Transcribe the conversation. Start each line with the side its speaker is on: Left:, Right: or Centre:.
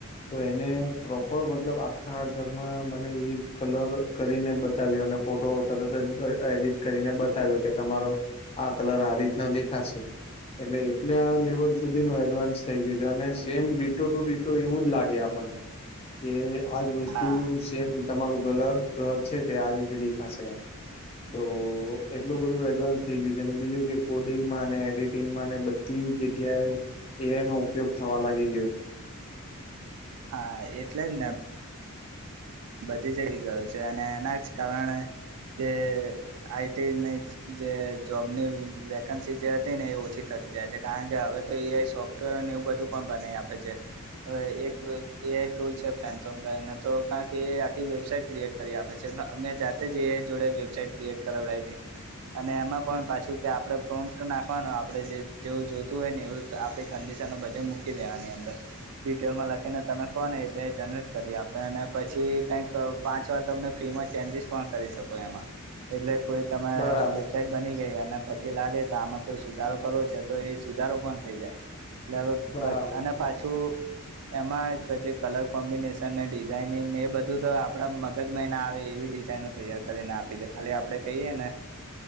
Left: તો એને પ્રોપર મતલબ આખા ઘરમાં મને એ કલર કરીને બતાવ્યો અને ફોટો તરત જ એડિટ કરીને બતાવ્યો કે તમારો આ કલર આ રીતના દેખાશે એટલે એટલા લેવલ સુધી નું એડવાન્સ થઇ ગયું છે અને સેમ ડિટો ટુ ડીટો એવું જ લાગે આપને કે આજ વસ્તુ
Right: હા
Left: મ તમારું ગલ ઘર છે તે આ રીતે દેખાશે એમ તો એટલું બધું એડવાન્સ થઈ ગયું છે અને બીજું કે કોડિંગમાં એડિટિંગમાં ને થી જગ્યાએ એ એ નો ઉપયોગ થવા લાગી ગયો છે.
Right: હા એટલે જને બધી જગ્યા ગયો છે અને એના જ કારણે જે આઈટીને જે જોબ ની વેકન્સી જે હતી ને એ ઓછી થતી જાય છે કારણ કે હવે તો એઆઈ સોફ એવું બધું પણ બનાવી આપે છે. હવે એક એ આઈ ટૂલ છે પેન્થોમ તો કં કે આખી વેબસાાઈટ ક્રિએટ કરી આપે છે અમે જાતે જએ જોડે વેબસાાઈટ ક્રિએટ કરાવડાવી હતી. અને એમાં પણ પાછું કે આપડણે પ્રોપ્ટ નાખવાનો આપણે જે જેવું જોતું હોય ને એવું તો આપડી કંડિશન બધે મૂકી દે આની અંદર ડિટેલમાં લખીને તમે ફોન એલે જનરેટ કરીએ આપણે એને પછી કઈક પાંચ વાર તમે ફી માં ચેન્જીસ પણ કરી શકો એમાં એટલે કોઈ તમે
Left: બરાબર
Right: વિકેન્ડ બની ગઈ અને પછી લાગે કે આમે કોઈ સુધારો કરવો છે તો એ સુધારો પણ થઈ જાય. એલે
Left: બરાબર
Right: અને પાછું એમાં એક જે કલર કોમ્બિનેશન ને ડીજ ઝાઇનિંગ એ બધું તો આપડા મગજ મહિના આવે એવી ડિઝાઇનો તૈયાર કરીને આપી દે. ખાલી આપડે કહીએ ને